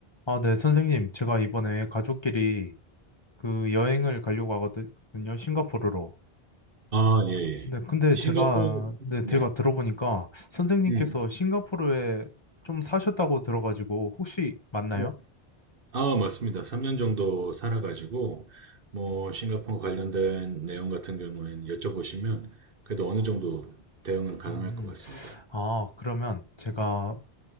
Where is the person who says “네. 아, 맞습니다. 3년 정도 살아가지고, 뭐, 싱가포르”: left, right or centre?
Right